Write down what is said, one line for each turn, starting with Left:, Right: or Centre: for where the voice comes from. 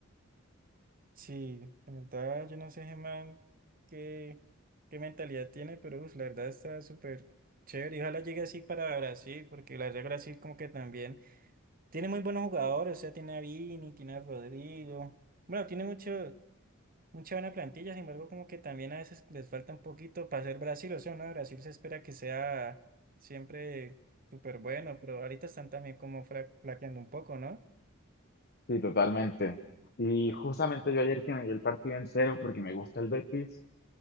Right: Sí, la verdad, yo no sé, ese man, qué, qué mentalidad tiene, pero uf, la verdad está súper chévere. Y ojalá llegue así para Brasil, porque la verdad, Brasil, como que también tiene muy buenos jugadores. O sea, tiene a Vini, tiene a Rodrigo. Bueno, tiene mucho. Mucha buena plantilla, sin embargo, como que también a veces les falta un poquito para ser Brasil, o sea, ¿no? Brasil se espera que sea siempre súper bueno, pero ahorita están también como fra- flaqueando un poco, ¿no?
Left: Sí, totalmente. Y justamente yo ayer que me dio el partido en cero porque me gusta el Betis,